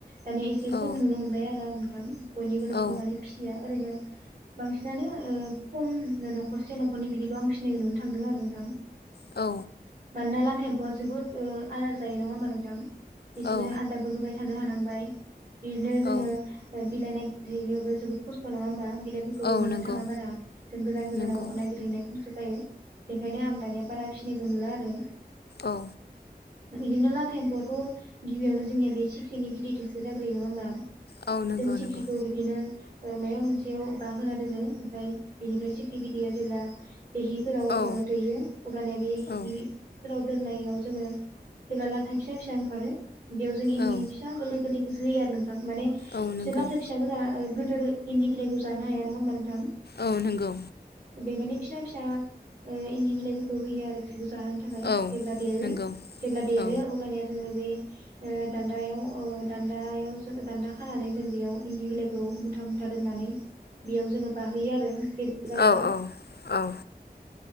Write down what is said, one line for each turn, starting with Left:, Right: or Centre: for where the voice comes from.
Right: दानिया एसे खम
Left: औ
Right: नुनो मोनबाय आरो आं नोंथां बयनिबो न'खराव
Left: औ
Right: माने फिया। ओरैनो बांसिनानो ओ खम न'खरसे न'खरनै बिदिल' आं फिनायनुनोथां। थांदों आरो नोंथां।
Left: औ।
Right: मानोना लाथा एम्फौआ जोबोद ओ आदार जायो नङा होमबा नोंथां। बिसोरनो
Left: औ
Right: आदारबो होबाय थानो हानांबाय बिदिनो जोङो
Left: औ
Right: बिलाइना। हैनोबो जोबोद खस्थ' नङा होमबा बिलाइफोरखौबो
Left: औ
Right: मोननो
Left: नंगौ
Right: थाङा बारा जों गोजान गोजानाव
Left: नंगौ
Right: नागिरहैनाय खौ। जायो बेखायनो आं दानिया बारा फिनायखौ नुला आरो।
Left: औ।
Right: बिदिनो लाथा एम्फौआथ' गिबियावनो जोंनिया बे सिख्रिनि बिदैथिसो जाग्रोयो नङा होमबा।
Left: औ नंगौ
Right: जों सिख्रिखौ
Left: नंगौ
Right: बिदिनो। ओ मायबा मोनसेयाव बाहोना दोनो ओमफ्राय बिनिफ्राय सिख्रि बिदैया जेब्ला। जेराव
Left: औ
Right: ओ दैयो अब्लानिया बे हि
Left: औ
Right: फोराव। दोननायाव जोङो जेब्ला लाथा फिसा फिसा ओंखारो बेयाव जों इन्दि
Left: औ
Right: फिसा गोरलै गोरलै। गोसो होयो आरो नोंथां माने बिसोर
Left: औ नंगौ
Right: लाथा फिसाफोरा गोदोर इन्दि बिलाइखौ जानो हाया नङा होमबा नों थां
Left: औ नंगौ
Right: बेनिखायनो मानि फिसा फिसा इन्दि बिलाइफोरखौ होयो आरो बिखौ जाहोनो थाखाय
Left: औ
Right: जेब्ला देरो
Left: नंगौ
Right: जेब्ला देरो
Left: औ
Right: अब्लानिया जोङो बे ओ दान्दायाव दान्दायाव दान्दा खानानै जों बेयाव इन्दि बिलाइखौ मुथा मुथा दोननानै बेयाव जोङो बाहोयो आरो गेदेर जाब्ला
Left: औ औ औ